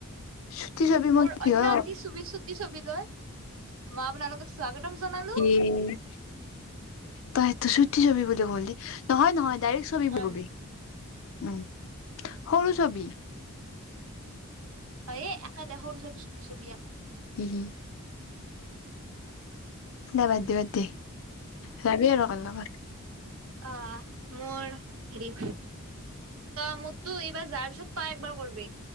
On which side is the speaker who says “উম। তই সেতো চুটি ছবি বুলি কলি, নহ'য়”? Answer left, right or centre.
Left